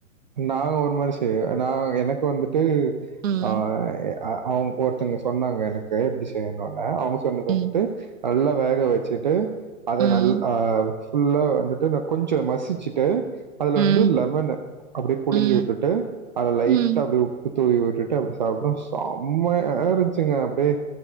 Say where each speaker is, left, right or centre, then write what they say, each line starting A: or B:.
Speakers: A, on the right (about 35°); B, on the right (about 65°).
A: நாங்க ஒரு மாதிரி செய்வ நா எனக்கு வந்துட்டு
B: ம்,
A: ஆஹ் ஆ அவங்க ஒருத்தங்க சொன்னாங்க எனக்கு எப்டி செய்யணுன்னு அவங்க சொன்னது
B: ம்,
A: வந்துட்டு நல்லா வேக வெச்சுட்டு அத
B: ம்,
A: நல் ஹா ஃபுல்லா வந்துட்டு கொஞ்சோ மசிச்சுட்டு அதுல
B: ம்,
A: வந்து லெமனு அப்டியே புழிஞ்சு
B: ம்,
A: வுட்டுட்டு அது லைட்டா
B: ம்,
A: அப்டியே உப்பு தூவி விட்டுட்டு அப்டி சாப்டோ செம்மயா இருந்துச்சுங்க அப்டியே